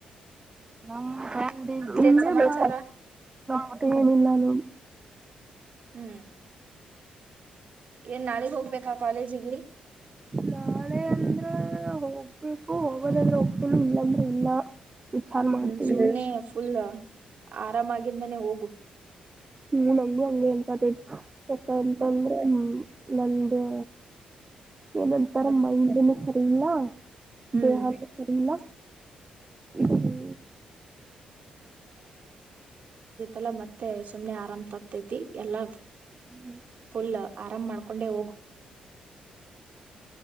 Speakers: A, on the right; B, on the right.
A: ನಮ್ ಇಲ್ಲೇ
B: ಮತ್ತೇನ್ ಸಮಾಚಾರ
A: ಭ. ಹ್ಟ ಏನಿಲ್ಲಾನು ಲೋ.
B: ಹ್ಮ್ ಏನ್ ನಾಳಿಗೆ ಹೋಗ್ಬೇಕ್. ನಾ ಕಾಲೇಜಿಗೆ
A: ನಾಳೆ ಅಂದ್ರೆ ಹೋಗ್ಬೇಕು ಹೋಗೋದಾದ್ರೆ ಹೋಗ್ತೀನಿ ಇಲ್ಲಾಂದ್ರೆ ಇಲ್ಲ. ವಿಚಾರ
B: ಹ್ಮ್
A: ಮಾಡ್ತೀನಿ
B: ಸುಮ್ನೆ ಫುಲ್ ಆರಾಮಾಗ್. ಇಂದಾನೆ ನೇ ಹೋಗು.
A: ಹ್ಮ್ ನಂಗು ಹಂಗೆ ಇಂಪಾರ್ಟೆಂಟ್ ಸಕಂತಂದ್ರೆ
B: ಮತ್
A: ನಾ ನಂದಾ ಏನಂತರ
B: ಮತ್
A: ಮೈಂದಿನ ಸರ್ ತಿಲ್ಲಾ
B: ಹ್ಮ್
A: ದೇಹಕ್ಕೆ ಸರಿಇಲ್ಲ ಇದು ಹೂ
B: ಅಲ್ಲಾ ಮತ್ತೆ ಸುಮ್ನೆ ಆರಾಮ್ ತಪ್ಪತೈತಿ ಎಲ್ಲಾ
A: ಹ್ಮ್
B: ಫುಲ್ ಆರಾಮ್ ಮಾಡ್ಕೊಂಡೆ ಹೋಗು